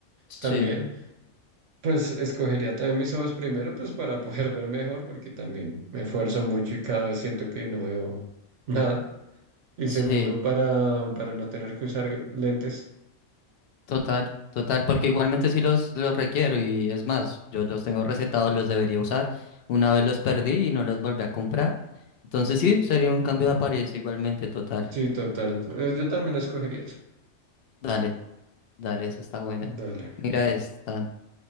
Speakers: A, on the left; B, on the right.
A: Sí,
B: también, pues escogería también mis ojos primero, pues para poder <laughs> ver mejor, porque también me esfuerzo mucho y cada vez siento que no veo nada. Y
A: sí,
B: segundo, para, para no tener que usar lentes.
A: total, total, porque igualmente sí los, los requiero y es más, yo los tengo recetados, los debería usar. Una vez los perdí y no los volví a comprar. Entonces sí, sería un cambio de apariencia igualmente total.
B: Sí, total. Eh, Yo también escogería eso.
A: Dale. Dale, esa está buena.
B: Dale.
A: Mira esta.